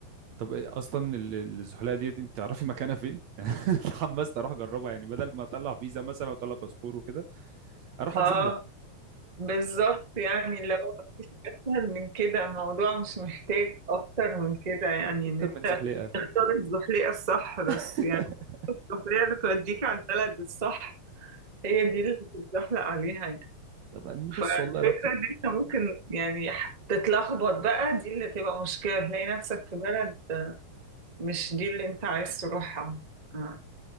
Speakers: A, on the right (about 65°); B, on the right (about 20°).
A: طب ايه اصلا ال- ال- الزحلقه ديت انت تعرفي مكانها فين؟ <laughs> اتحمست اروح اجربها يعني بدل ما اطلع فيزا مثلا واطلع باسبور وكده اروح
B: اه
A: اتزحلق
B: بالظبط يعني لو مفيش أسهل من كده الموضوع مش محتاج أكتر من كده يعني
A: أك- اكتر
B: إن أنت
A: من زحلقه
B: تختار الزحليقة الصح بس
A: <laughs>
B: يعني الزحليقة اللي توديك على البلد الصح هي دي اللي بتتزحلق عليها يعني
A: طب أنا- بص
B: فالفكرة
A: والله لو في
B: إن أنت ممكن يعني ح- تتلخبط بقى دي اللي تبقى مشكلة تلاقي نفسك في بلد مش دي اللي أنت عايز تروحها آه.